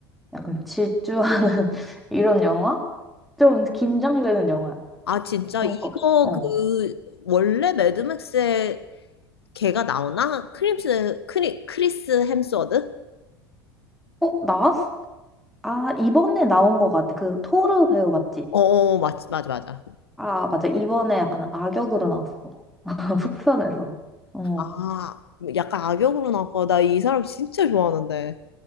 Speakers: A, in the centre; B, on the left (about 75°).
A: 약간 질주하는 <laughs> 이런 영화? 좀 긴장되는 영화야.
B: 아, 진짜?
A: 그런
B: 이거
A: 거. 어.
B: 그, 원래 매드맥스에 걔가 나오나? 크림스, 크리, 크리스 햄스워드?
A: 어, 나왔어? 아, 이번에 나온 것 같아. 그 토르 배우 맞지?
B: 어, 어, 맞지, 맞아, 맞아.
A: 아, 맞아. 이번에 약간 악역으로 나왔어. <laughs> 속편에서. 어.
B: 아, 약간 악역으로 나왔고, 나 이 사람 진짜 좋아하는데.